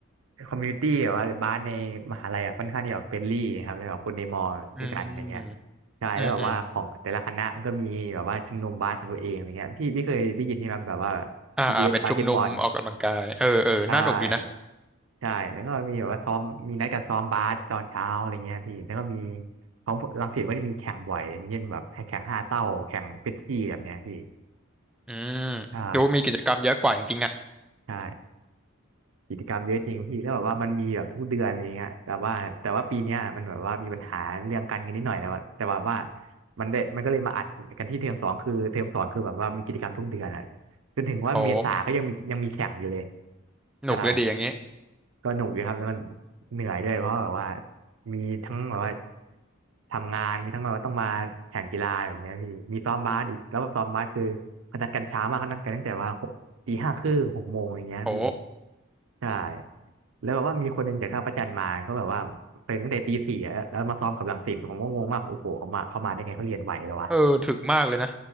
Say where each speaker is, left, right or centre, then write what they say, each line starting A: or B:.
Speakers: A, on the right (about 70°); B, in the centre.
A: คอมมูนิตี้แบบว่าบาสในมหาลัยอะค่อนข้างที่แบบเฟรนลี่ครับแล้วแบบคนในมอด้วยกันอะไรเงี้ย
B: อืมอืมอืม
A: ใช่แล้วแบบว่าของแต่ละคณะมันก็มีแบบว่าชุมนุมบาสของตัวเองอะไรเงี้ยพี่พี่เคยได้ยินใช่ไหมแบบว่า
B: อ่าอ่าเป็นชุมนุมออกกำลังกายเออเออน่าหนุกดีนะ
A: ทีบีเอสบาสเกตบอลใช่ ใช่แล้วก็มีแบบว่าซ้อมมีนัดกันซ้อมบาสตอนเช้าอะไรเงี้ยพี่แล้วก็มีของรังสิตก็จะมีแข่งบ่อยอย่างเช่นแบบให้แข่งห้าเศร้าแข่งเป็ปซี่แบบเนี้ยพี่
B: อืม
A: ใช่
B: ดูมีกิจกรรมเยอะกว่าจริงๆอ่ะ
A: ใช่กิจกรรมเยอะจริงพี่แล้วแบบว่ามันมีแบบทุกเดือนอะไรเงี้ยแต่ว่าแต่ว่าปีเนี้ยมันแบบว่ามีปัญหาเรื่องการเงินนิดหน่อยแต่ว่าแต่ว่าว่ามันได้มันก็เลยมาอัดกันที่เทอมสองคือเทอมสองคือแบบว่ามีกิจกรรมทุกเดือนอ่ะจนถึงว่าเมษาก็ยังมียังมีแข่งอยู่เลย
B: โอ้หนุกเลยดีอย่างงี้
A: ใช่ ก็หนุกอยู่ครับแล้วมันเหนื่อยด้วยเพราะแบบว่ามีทั้งแบบว่าทำงานมีทั้งแบบว่าต้องมาแข่งกีฬาแบบเนี้ยพี่มีซ้อมบาสอีกแล้วแบบซ้อมบาสคือเขานัดกันเช้ามากเขานัดกันตั้งแต่ว่าหกตีห้าครึ่งหกโมงอย่างเงี้ยพี่
B: โอ้
A: ใช่แล้วแบบว่ามีคนหนึ่งจากท่าพระจันทร์มาก็แบบว่าตื่นตั้งแต่ตีสี่อะแล้วมาซ้อมกับรังสิตผมก็งงมากโอ้โหเขามาเขามาได้ไงเขาเรียนไหวแล้ววะ
B: เออถึกมากเลยนะ